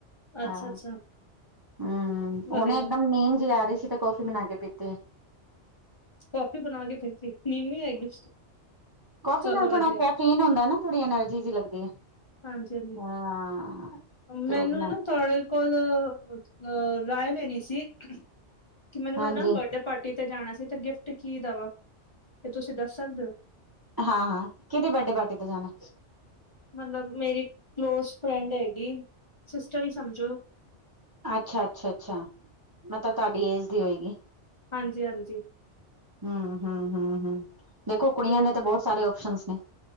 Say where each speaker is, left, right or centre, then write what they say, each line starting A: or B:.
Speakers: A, on the left (about 30°); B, on the right (about 30°).
A: ਅੱਛਾ-ਅੱਛਾ
B: ਹਾਂ। ਹੂੰ ਹੁਣੇ
A: ਵਧੀਆ
B: ਇੱਕਦਮ ਨੀਂਦ ਜੀ ਆ ਰਹੀ ਸੀ ਤੇ ਕੌਫੀ ਬਨਾ ਕੇ ਪੀਤੀ।
A: ਕੋਫੀ ਬਣਾ ਕੇ ਪੀਤੀ <unintelligible>
B: ਕਾਫੀ
A: ਚਲੋ
B: ਨਾਲ
A: ਵਧੀਆ
B: ਥੋੜਾ ਕੈਫੀਨ <unintelligible> ਹੁੰਦੈ ਨਾ ਥੋੜੀ ਐਨਰਜੀ ਜਿ ਲਗਦੀ ਏ।
A: ਹਾਂਜੀ-ਹਾਂਜੀ
B: ਹਾਂ, ਤੇ
A: ਮੈਨੂੰ
B: ਔ ਬਨਾਨਾ
A: ਇਹ ਨਾ ਤੁਹਾਡੇ ਕੋਲ ਅ ਰਾਏ ਲੈਣੀ ਸੀ, <unintelligible> ਕਿ ਮੈਨੂੰ
B: ਹਾਂਜੀ
A: ਹੈ ਨਾ ਬਰਡੇ ਪਾਰਟੀ ਟੀ ਤੇ ਜਾਣਾ ਸੀ ਤੇ ਗਿਫਟ ਕੀ ਦਵਾਂ ਤੇ ਤੁਸੀਂ ਦੱਸ ਸਕਦੇ ਔ?
B: ਹਾਂ- ਹਾਂ ਕਿਦੀ ਬਡੇ ਪਾਰਟੀ ਤੇ ਜਾਨਾ?
A: ਮਤਲਬ ਮੇਰੀ ਇਕ ਬੈਸਟ ਫਰੈਂਡ ਹੈਗੀ ਸਿਸਟਰ ਈ ਸਮਝੋ।
B: ਅੱਛਾ-ਅੱਛਾ- ਅੱਛਾ ਮਤਲਬ ਤਾਡੀ ਏਜ ਦੀ ਹੋਏਗੀ।
A: ਹਾਂਜੀ- ਹਾਂਜੀ।
B: ਹਮ- ਹਮ- ਹਮ-ਹਮ ਦੇਖੋ ਕੁੜੀਆਂ
A: ਤੇ
B: ਨੇ ਤਾਂ ਬੋਤ ਸਾਰੇ ਔਪਸ਼ਨਸ ਨੇ।